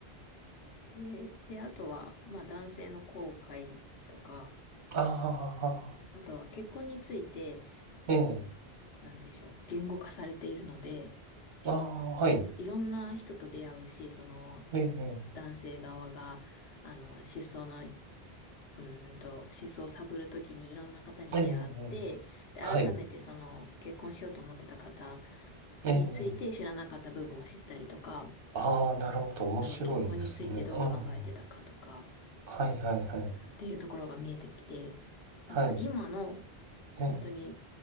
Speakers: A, on the left (about 75°); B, on the right (about 60°).
A: で、で、あとは、まあ男性の後悔とか、
B: ああ、
A: あとは結婚について、
B: ええ、
A: なんでしょう、言語化されているので、
B: ああ、はい。
A: なんだろう、いろんな人と出会うし、その、
B: ええ、
A: 男性側が、あの、失踪の、うーんと、失踪を探るときにいろんな方に出会って、
B: ええ、
A: で、
B: はい。
A: 改めてその、結婚しようと思ってた方
B: ええ
A: について知らなかった部分を知ったりとか、
B: ああ、なるほど。面白いですね。
A: あとは結婚についてどう考えてたかとか、
B: うん。はいはいはい。
A: っていうところが見えてきて、
B: はい。
A: なんか今の
B: え
A: 本当に